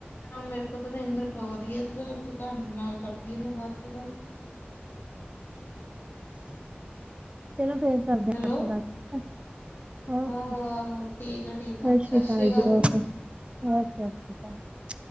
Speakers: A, on the left (about 70°); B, on the right (about 30°).
A: ਅਬ ਮੇਰੇ ਕੋ ਤੋ ਨੀਂਦਰ ਪੋ ਰੀ ਆ ਤ ਤੋ ਤਾਡੇ ਨਾਲ ਕਰਦੀ ਆਂ ਮੈਂ ਬਾਅਦ ਚੋਂ ਗੱਲ।
B: ਚਲੋ ਫੇਰ। ਕਰਦੇ
A: ਹੈਲੋ।
B: ਆਪਾਂ ਗੱਲ ਓਕੇ
A: ਆਹੋ ਆਹੋ, ਠੀਕ ਆ ਠੀਕ
B: ਸਤਿ
A: ਆ
B: ਸ਼੍ਰੀ
A: ਸਾਸ਼੍ਰੀਅਕਾਲ
B: ਅਕਾਲ okay
A: ਜੀ।
B: Okay okay.